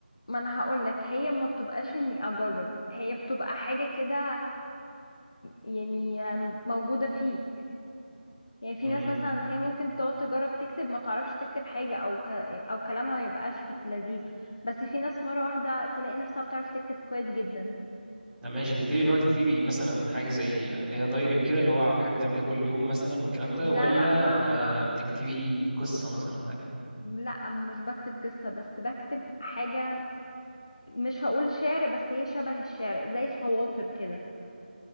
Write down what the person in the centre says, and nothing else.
امم
طب ماشي تكتبي اللي هو تكتبي مثلا حاجة زي اللي هي دايري وكده اللي هو عن الحاجات اللي بتعمليها كل يوم مثلا والكلام ده
ولا
آه
بتكتبي قصة مثلا أو حاجة